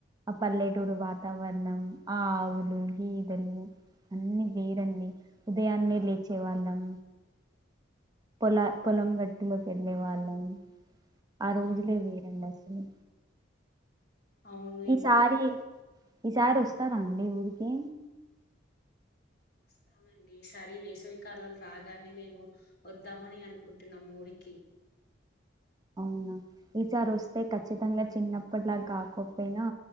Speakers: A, on the right; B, on the left.
A: ఆ పల్లెటూరు వాతావరణం ఆ ఆవులు గేదలు అన్ని వేరండి ఉదయాన్నే లేచే వాళ్ళం పొలా పొలం గట్టిలో వెళ్లే వాళ్ళం ఆ రోజులే
B: అవు
A: వేరండి అసలు
B: అవును
A: ఈసారి
B: ఇంకా
A: ఈసారి వస్తారా అండి ఊరికి
B: వస్తామండి ఈసారి వేసవికాలాలు రాగానే మేము వద్దామని అనుకుంటున్నాం ఊరికి
A: అవునా ఈసారి వస్తే ఖచ్చితంగా చిన్నప్పటిలాగా కాకపోయినా